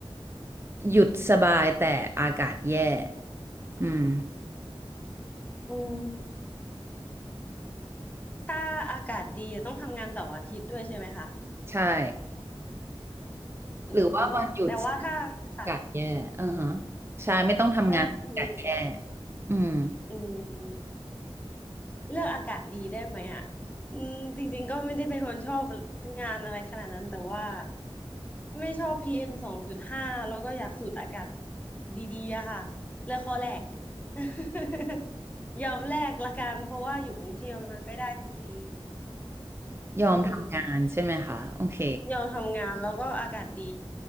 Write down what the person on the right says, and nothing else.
หยุดสบายแต่อากาศแย่อืม
ใช่
หรือว่าวันหยุดอากาศแย่อือฮะใช่ไม่ต้องทำงานอากาศแย่
อืม
ยอมทำงานใช่ไหมคะโอเค